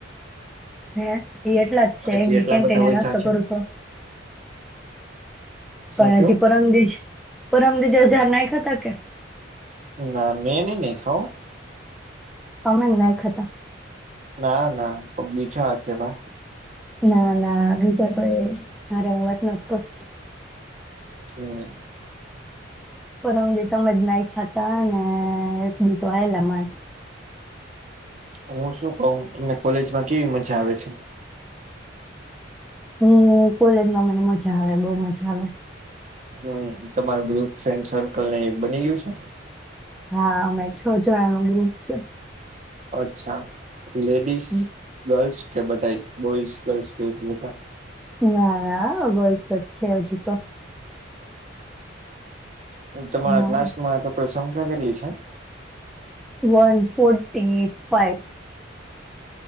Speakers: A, in the centre; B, on the right.
A: હે એ એટલા જ છે
B: હજી
A: એક દી
B: એટલા
A: કેન્ટને
B: બધા વયધા
A: નાસ્તો
B: છે
A: કરું છો.
B: શું
A: પણ
B: કયો
A: હજી પરમદીીજ પરરમદીીજ હજાર ના ખાતા કે.
B: ના મેં ન નહી ખાઓ.
A: પમેલ નાઈક હતા.
B: ના ના તો બીજા હશે ભ.
A: ના ના બીજા કો મારે વાત ન કરશે.
B: હમ.
A: પરમ દ તમે જ ના ખાતા ને એક દી તો આવેલા માણ.
B: હું શું કવ તમને કોલેજમાં કેવી મજા આવે છે.
A: હમ કોલેજમાં મને મજા આવે બઉ મજા આવે.
B: હમ તમાર ગ્રુપ ફ્રેન્ડ સર્કલ ને બની ગયું છે.
A: હા અં છ જ નો ગ્રુપ છે.
B: અચ્છા લેડીસ.
A: હમ.
B: ગર્લ્સ કે બધા બોઈસ ગર્લ્સ ભટ રહેતા.
A: ના ના અગળસ જ છે હજી તો.
B: હ તમારા
A: હમ
B: ક્લાસ્ટમાં શંકા કેટલી છે.
A: One forty five.